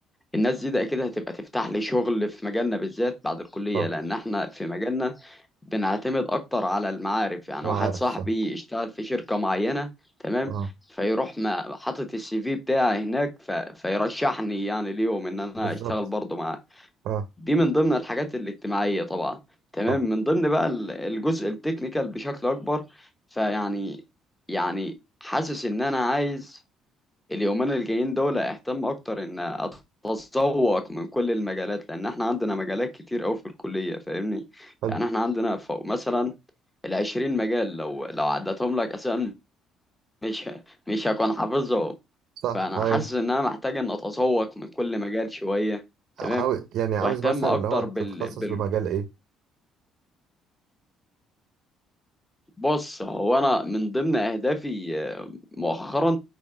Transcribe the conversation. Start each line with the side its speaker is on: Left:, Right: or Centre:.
Centre: الناس دي ده اكيد هتبقى تفتح لي شغل في مجالنا بالذات بعد الكلية
Right: صح
Centre: لان احنا في مجالنا بنعتمد اكتر على المعارف يعني
Right: ما
Centre: واحد
Right: عارف
Centre: صاحبي
Right: صح
Centre: يشتغل في شركة معينة تمام
Right: اه
Centre: فيروح ما حاطط السي في بتاعي هناك ف... فيرشحني يعني ليهم ان انا
Right: بالظبط
Centre: اشتغل برضه معاه
Right: اه
Centre: دي من ضمن الحاجات الاجتماعية طبعا تمام
Right: طب
Centre: من ضمن بقى ال- الجزء التكنيكال بشكل اكبر فيعني يعني حاسس ان انا عايز اليومين الجايين دول اهتم اكتر ان اتذوق من كل المجالات لان احنا عندنا مجالات كتير قوي في الكليه فاهمني
Right: حلو
Centre: يعني احنا عندنا فوق مثلا العشرين مجال لو لو عدتهم لك اساسا مش مش هكون حافظهم
Right: صح
Centre: فانا
Right: هاي
Centre: حاسس ان انا محتاج ان اتذوق من كل مجال شويه تمام
Right: عاوز يعني عاوز
Centre: واهتم
Right: مثلا
Centre: اكتر
Right: اللي هو تتخصص
Centre: بال...
Right: بمجال ايه
Centre: بص هو انا من ضمن اهدافي آه، مؤخرا